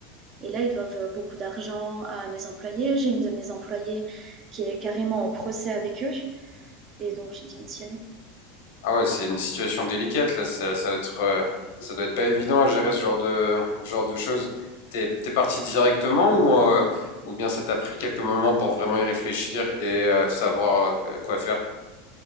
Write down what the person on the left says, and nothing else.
Ah ouais, c'est une situation délicate là, ça, ça doit être, euh, ça doit être pas évident à gérer ce genre de, genre de choses. T'es, t'es parti directement ou, euh, ou bien ça t'a pris quelques moments pour vraiment y réfléchir et euh, savoir euh, quoi faire?